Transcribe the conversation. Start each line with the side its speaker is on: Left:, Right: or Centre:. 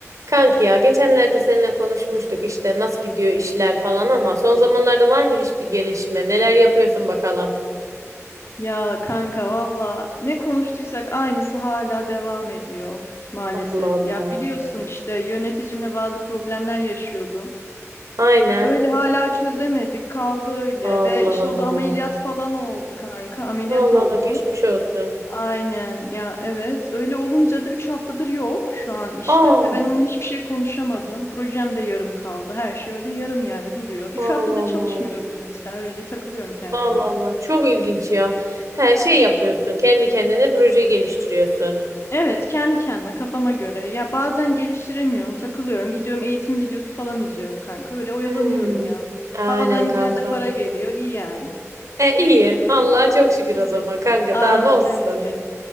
Right: Kanki ya geçenlerde seninle konuşmuştuk işte nasıl gidiyor işler falan ama son zamanlarda var mı hiçbir gelişme? Neler yapıyorsun bakalım?
Left: Ya kanka valla ne konuştuysak aynısı hala devam ediyor maalesef.
Right: Allah Allah.
Left: Ya biliyorsun işte yöneticimle bazı problemler yaşıyordum.
Right: Aynen.
Left: Öyle hala çözemedik kaldı öyle
Right: Allah
Left: ve işte
Right: Allah.
Left: o da ameliyat falan oldu kanka ameliyat
Right: Allah
Left: oldu.
Right: Allah geçmiş olsun.
Left: Aynen ya evet öyle olunca da 3 haftadır yok şu an işte
Right: Aa,
Left: ve ben onunla hiçbir şey konuşamadım. Projem de yarım kaldı her şey öyle yarım yani duruyor. 3
Right: Allah
Left: haftadır çalışmıyorum
Right: Allah.
Left: mesela öyle takılıyorum kendime.
Right: Allah Allah. Çok ilginç ya. Her şey yapıyorsun. Kendi kendine proje geliştiriyorsun.
Left: Evet, kendi kendime kafama göre. Ya bazen geliştiremiyorum, takılıyorum. Gidiyorum eğitim videosu falan izliyorum kanka. Öyle oyalanıyorum
Right: Hmm.
Left: ya.
Right: Aynen
Left: Havadan
Right: kanka.
Left: güzel de para geliyor. iyi yani.
Right: E iyi. Allah'a çok şükür o
Left: Öyle.
Right: zaman kanka.
Left: Aa,
Right: Daha ne olsun?
Left: evet, evet.